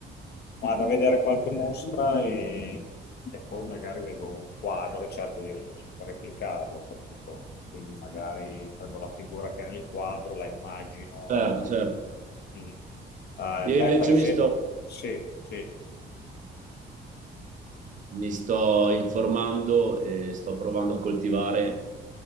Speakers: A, on the left; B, on the right.
A: vado a vedere qualche mostra e, e poi magari vedo un quadro e cerco di replicarlo, capito? Quindi magari prendo la figura che è nel quadro, la immagino.
B: certo, certo.
A: E... Mm. Eh,
B: Io
A: te
B: invece
A: per esempio,
B: mi sto
A: sì, sì.
B: mi sto informando e sto provando a coltivare